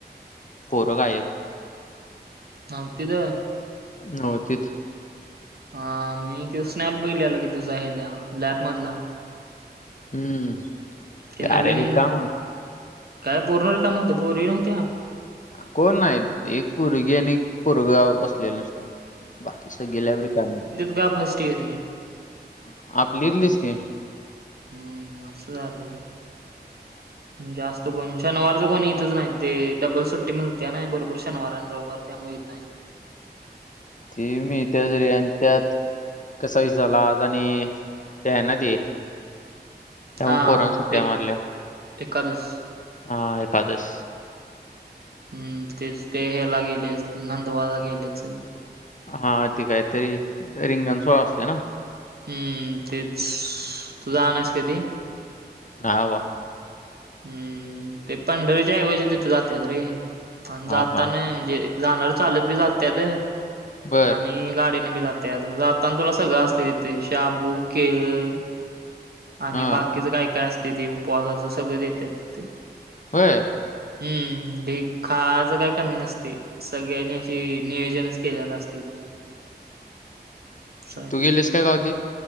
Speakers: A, on the left; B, on the right.
A: पोरं गायब.
B: <unintelligible>
A: नव्हतीत.
B: हां मी त्यो स्नॅप बघितलेला की तुझा ह्याजा लॅबमधला.
A: हम्म.
B: ते नवीन
A: अरे रिकाम
B: काय पूर्ण रिकामं होतं पोरी नव्हत्या.
A: कोण नाही एक पोरगी आणि एक पोरगं अ बसलेलं नुसतं. बाकी <unintelligible> रिकामी होती.
B: तुझा फस्ट ईअर हे?
A: <unintelligible>
B: हं असं झालं होय?
A: <inaudible>
B: जास्त कोण शनिवारच कोण येतंच नाही, ते डबल सुट्टी मिळत्या नाही बरोबर शनिवार आणि रविवार त्यामुळे नाही गं.
A: ती मीळत्याच रे आणि त्यात कसा विषय झाला आज आणि हे आहे ना ते त्यामुळे
B: हा
A: पोरांनी सुट्टया
B: एक
A: मारल्या
B: एकादस
A: हां एकादस.
B: हम्म तेच ते ह्याला गेले असतील, <unintelligible> गेलेत सगळी.
A: हां ते कायतरी रिंगण सोहळा असतोय ना?
B: हम्म तेच तू जायाय नाहीस कधी?
A: नाही बाबा.
B: हम्म, ते पंढरीच्याऐवजी तिथं जात्यात रे आणि
A: हां,
B: जाताना
A: हां.
B: म्हणजे जाणारी चालत बी जात्यात
A: बरं.
B: आणि गाडीने बी जा त्यात म जाताना तुला सगळं असतंय तिथे शाबू, केळं आणि
A: हां.
B: बाकीचं काय काय असतंय ते उपवासाचं सगळं देत्यात तिथं.
A: होय?
B: हम्म, ढीग खायचं काही कमी नसतंय. सगळ्यांनी अशी नियोजनच केलेलं असतंय ते. साय
A: तू गेलेस का कधी?